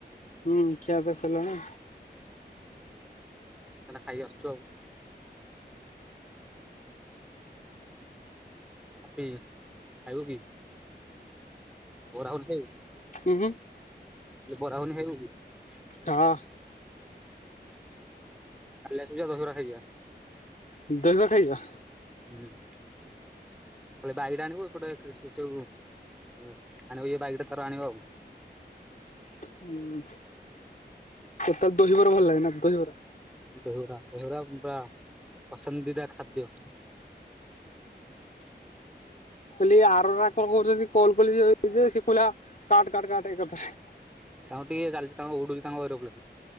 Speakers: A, on the left (about 45°); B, in the centre.
A: ହୁଁ ଖିଆପିଆ ସଇଲାଣି।
B: ଆ ଖାଇକି ଆସୁଛୁ ଆଉ <unintelligible> ଖାଇବୁ କି? ଓ ରାହୁଲ ସାବ <unintelligible>
A: ହୁଁ ହୁଁ
B: ବରା ଗୁଗୁନି ଖାଇବୁକି?
A: ହଁ
B: କାଲି ଆସିବୁ ଯା ଦହିବରା ଖାଇଯିବା ।
A: ଦହିବ ଖାଇବା।
B: ହୁଁ ବାଇଡ ଆଣ କ ଏପଟେ କୃଷ <unintelligible> ଆ ବାଇକଟା ଥରେ ଆଣିିବ ଆଉ
A: <inaudible> ହୁଁ, ତ ତାର ଦହିବରା ଭଲ ଲାଗେନା ଦହିବରା
B: ଦେହୁର ଦେହରା ପା ପସନ୍ଦିଦା ଖାଦ୍ୟ <unintelligible>
A: କ ଆର କଣ କରୁ କଲ କ ଖ କାାାଥା <unintelligible>
B: ତାଙ୍କଙ୍କୁ ଟିକେ ଚାଲିଛି ତାଙ୍କଙ୍କୁ ଉଡୁଛି ତାଙ୍କଲୋ <unintelligible> କ୍